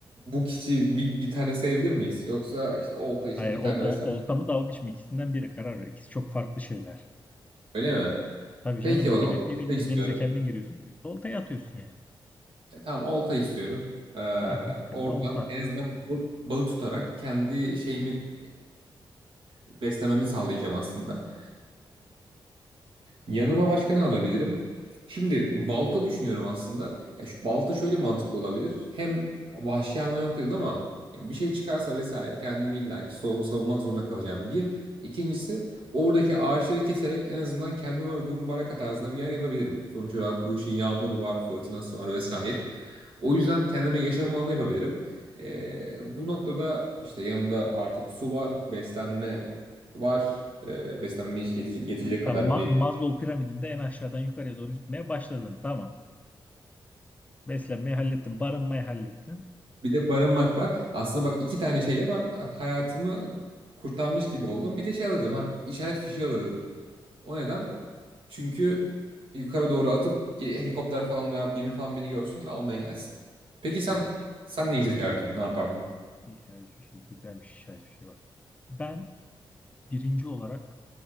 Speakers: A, on the right; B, on the left.
A: bu kiti bir, bir tane sayabilir miyiz? Yoksa işte olta için
B: Hayır,
A: bir
B: o,
A: tane
B: o
A: mesela
B: olta mı dalgıç mı ikisinden biri karar ver. İkisi çok farklı şeyler.
A: öyle mi?
B: Tabii
A: Peki
B: canım
A: o zaman
B: biri, birinde
A: olta istiyorum.
B: denize kendin giriyorsun, birinde oltaya atıyorsun yani.
A: E, tamam olta istiyorum. E,
B: Tamam bir tane
A: oradan
B: olta.
A: en azından bal- balık tutarak kendi şeyimi e, beslememi sağlayacağım aslında. Yanıma başka ne alabilirim? Şimdi balta düşünüyorum aslında. Ya şu balta şöyle mantıklı olabilir. Hem vahşi hayvan yok dedin ama ya bir şey çıkarsa vesaire kendimi illaki sav- savunmak zorunda kalacağım. Bir. İkincisi oradaki ağaçları keserek en azından kendime uygun bir baraka tarzında bir yer yapabilirim. Sonuç olarak bu işin yağmuru var, fırtınası var vesaire. O yüzden kendime yaşam alanı yapabilirim. Ee, bu noktada işte yanımda artık su var, beslenme var. Ee, beslenmeme yete- yetecek
B: Tamam,
A: kadar
B: Ma-
A: bir
B: Maslow piramidinde en aşağıdan yukarıya doğru gitmeye başladın. Tamam. Beslenmeyi hallettin, barınmayı hallettin.
A: Bir de barınmak var. Aslında bak iki tane şeyle ben hayatımı kurtarmış gibi oldum. Bir de şey alırdım ha. işaret fişeği alırdım. O neden? Çünkü yukarı doğru atıp ge- helikopter falan veya gemi falan beni görsün de almaya gelsin. Peki
B: Güzel
A: sen
B: bir şey,
A: sen neyi seçerdin? Ne yapardın?
B: iyi, şahane şey, şey, bir şey bak. Ben birinci olarak